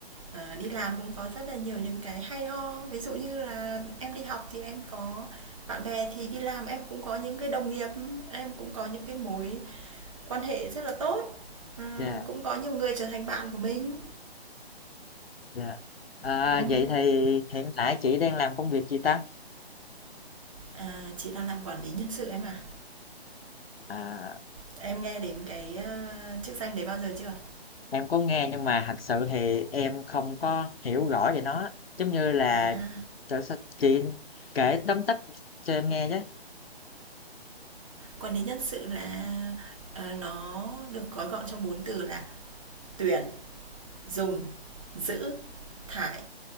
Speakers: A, on the right; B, on the left.
A: ờ, đi làm cũng có rất là nhiều những cái hay ho. Ví dụ như là em đi học thì em có bạn bè, thì đi làm em cũng có những cái đồng nghiệp, em cũng có những cái mối quan hệ rất là tốt, ờ,
B: Dạ.
A: cũng có nhiều người trở thành bạn của mình.
B: Dạ. À,
A: Ừm.
B: vậy thì hiện tại chị đang làm công việc gì ta?
A: À, chị đang làm quản lý nhân sự em à?
B: À,
A: Em nghe đến cái, a, chức danh đấy bao giờ chưa?
B: em có nghe nhưng mà thật sự thì em không có hiểu rõ về nó. Giống như là
A: À ha,
B: trời sao chị kể tóm tắt cho em nghe chứ.
A: còn đến nhân sự là ờ, nó được gói gọn trong bốn từ là tuyển dùng giữ thải